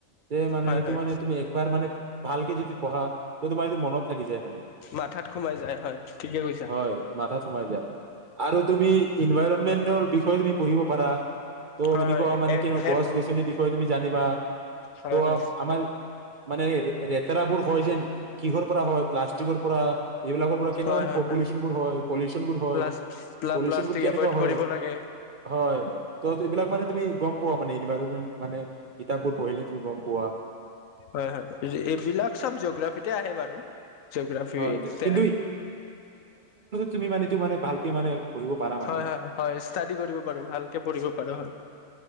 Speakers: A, on the right; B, on the left.
A: যে মানে
B: হয়
A: এইটো
B: হয়
A: মানে তুমি একবাৰ মানে ভালকে যদি পঢ়া ত' তোমাৰ সেইটো মনত থাকি যায় মানে।
B: মাথাত সোমাই যায় হয় ঠিকে কৈছা
A: হয়, মাথাত সোমাই যায়। আৰু তুমি ইনভাইৰটমেন্টৰ বিষয়ে তুমি পঢ়িব পাৰা। ত'
B: হয়
A: এনেকুৱা
B: হয়
A: মানে
B: এ
A: কি গছ-গছনিৰ
B: এন
A: বিষয়ে তুমি জানিবা।
B: হয়
A: ত'
B: হয়
A: আমাৰ মানে ৰেতেৰাপুৰ হয় যেন। কি'হৰ পৰা হয় প্লাষ্টিকৰ পৰা এইবিলাকৰ পৰা কেন
B: হয়
A: মানে
B: হয়
A: পপুলেচন
B: হয়
A: বোৰ হয়, পলিউচন বোৰ হয়।
B: প্লাছ
A: পলিউচন
B: প্লাষ্টিক
A: বোৰ কেনেকুৱা
B: এভইড
A: হয়,
B: কৰিব লাগে
A: হয়। <unintelligible> পোৱা মানে এনভাইৰমেন্ট মানে কিতাপবোৰ পঢ়িলে তুমি গম পোৱা।
B: হয় হয় এইবিলাক চব জিঅ'গ্ৰাফিতে আহে বাৰু। জিঅগ্ৰাফিতে
A: হয় কিন্তু
B: আহে
A: তুমি মানে টো মানে ভালকে মানে, পঢ়িব পাৰা মানে
B: হয় হয় ভালকে ইচতা দি কৰিব পাৰোঁ ভালকে পঢ়িব পাৰোঁ হয়